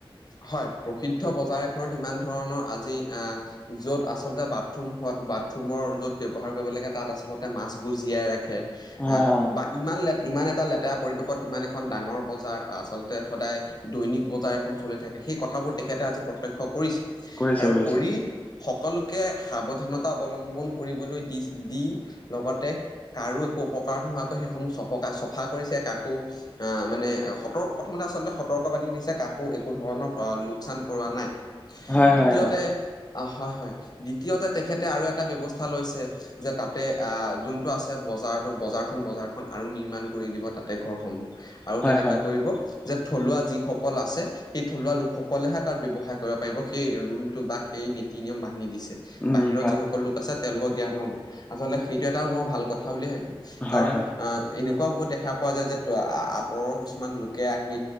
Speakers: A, on the left (about 45°); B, on the left (about 15°).
A: হয়, প্ৰসিদ্ধ বজাৰ এখনত ইমান ধৰণৰ আজি আহ য'ত আচলতে বাথৰুম হয় বাথৰুমৰ য'ত ব্যৱহাৰ কৰিব লাগে তাত আচলতে মাছবোৰ জীয়াই ৰাখে। এ
B: হয় অ
A: বা ইমান লে ইমান এটা লেতেৰা পৰিবেশত ইমান এ এখন ডাঙৰ বজাৰ আচলতে সদায় দৈনিক বজাৰ এখন চলি থাকে সেই কথাবোৰ তেখেতে আজি প্ৰত্যক্ষ কৰিছে। আৰু
B: কৰিছে কৰিছে
A: কৰি সকলোকে সাৱধানতা অৱলম্বন কৰিবলৈ দিচে দি লগতে কাৰো একো অপকাৰ নোহোৱাকৈ সেইসমূহ চপকা চফা কৰিছে কাকো আহ, মানে সতৰ্ক প্ৰথমতে আচলতে সতৰ্ক বানি দিছে কাকো একো ধৰণৰ অ, লোকচান কৰোৱা নাই।
B: হয়
A: দ্বিতীয়তে
B: হয় অ
A: অ, হয় -হয় দ্বিতীয়তে তেখেতে আৰু এটা ব্যৱস্থা লৈছে যে তাতে আহ, যোনটো আছে বজাৰটো বজাৰখন -বজাৰখন আৰু নিৰ্মান কৰি দিব তাতে ঘৰসমূহ। আৰু
B: হয়
A: তাতে
B: হয়
A: কি কৰিব যে থলুৱা যিসকল আছে সেই থলুৱা লোকসকলেহে তাত ব্যৱসায় কৰিব পাৰিব সেই ৰুলটো বা সেই নীতি নিয়ম বানহী দিছে।
B: উম
A: বাহিৰৰ
B: উম হয়
A: যিসকল লোক আছে তেওঁলোকৰ জ্ঞান হব আচলতে সেইটো এটা মই ভাল কথা বুলি ভাবিম।
B: হয়
A: কাৰণ
B: হয়
A: অ, এনেকুৱা বহুত দেখা পোৱা যায় যে <unintelligible> আঁতৰৰ কিছুমান লোকে আহি